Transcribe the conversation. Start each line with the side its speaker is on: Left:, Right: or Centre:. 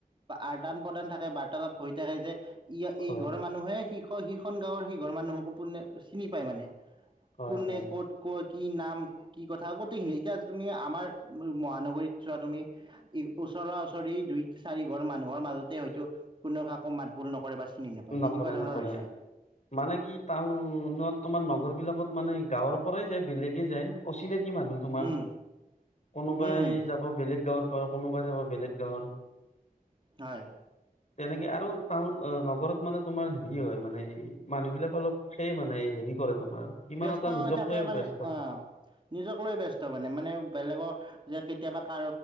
Right: আদান প্ৰদান থাকে বাৰ্তালাপ হৈ থাকে যে ইয় এই
Left: হয়
Right: ঘৰৰ মানুহে সি সিখন গাঁৱৰ সিঘৰৰ মানুহকো পো চিনি পায় মানে।
Left: হয়
Right: কোনে
Left: হয়
Right: ক'ত ক'ত কি নাম কি কথা গোটেইখিনি, এতিয়া তুমি আমাৰ মহানগৰীত চোৱা তুমি ই ওচৰা ওচৰি দুই চাৰি ঘৰ মানুহৰ মাজতে হয়তো কোনে কাকো মাত ভুল নকৰে বা চিনি নাপায়
Left: নকৰে
Right: সেনেকুৱা ধৰণৰ
Left: নকৰে
Right: হৈছে
Left: মানে কি টাউনত তোমাৰ নগৰ বিলাকত মানে গাঁৱৰ পৰাই যায় বেলেগে যায় অচিনাকি কি মানুহ তোমাৰ,
Right: উম
Left: কোনোবাই
Right: উম
Left: যাব বেলেগ গাঁৱৰ ঘৰ কোনোবা যে হৈ বেলেগ গাঁৱৰ।
Right: হয়
Left: তেনেকে আৰু টাউন নগৰত মানে তোমাৰ হেৰি হয় মানে মানুহবিলাক অলপ সেই মানে হেৰি কৰে তোমাৰ ইমান
Right: ব্যস্ত
Left: এটা নিজক
Right: হৈ থাকে
Left: লৈ
Right: মানে
Left: ব্যস্ত
Right: অঁ, নিজক লৈ ব্যস্ত মানে মানে বেলেগৰ যে কেতিয়াবা কাৰ